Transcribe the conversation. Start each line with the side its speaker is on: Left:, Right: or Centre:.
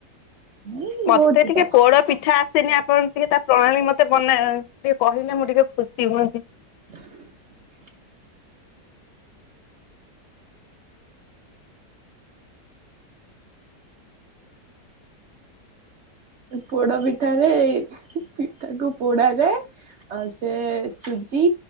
Right: ହୁଁ
Left: ମତେ
Right: ବହୁତ ପିଠା
Left: ଟିକେ
Right: ଆସେ।
Left: ପୋଡ ପିଠା <unintelligible> ଆପଣ ଟିକେ ତା ପ୍ରଣାଳୀ ମତେ ଟିକେ କହିଲେ ମୁଁ ଟିକେ ଖୁସି ହୁଅନ୍ତି।
Right: <inaudible> ପୋଡ ପିଠାରେ ପିଠା କୁ ପୋଡା ଯାଏ। ଆଉ ସେ ସୁଜି